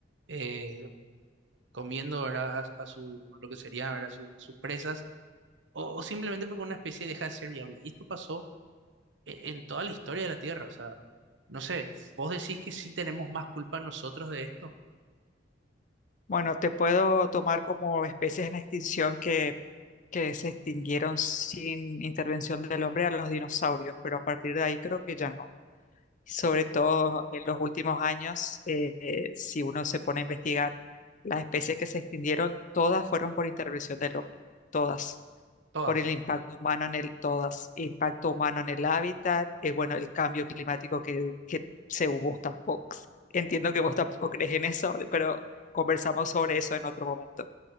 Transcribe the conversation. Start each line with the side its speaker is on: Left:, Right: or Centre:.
Right: eh, comiendo, ¿verdad? A, a su, lo que sería, ¿verdad? Su- sus presas, o, o simplemente porque una especie deja de ser viable. Y esto pasó e- en toda la historia de la Tierra, o sea, no sé, vos decís que sí tenemos más culpa nosotros de esto,
Left: Bueno, te puedo tomar como especies en extinción que, que se extinguieron sin intervención del hombre a los dinosaurios, pero a partir de ahí creo que ya no. Sobre todo en los últimos años, eh, si uno se pone a investigar, las especies que se extinguieron, todas fueron por intervención del hombre, todas
Right: todas.
Left: por el impacto humano en el, todas, impacto humano en el hábitat, eh, bueno, el cambio climático que, que según vos tampoco, entiendo que vos tampoco crees en eso, pero conversamos sobre eso en otro momento.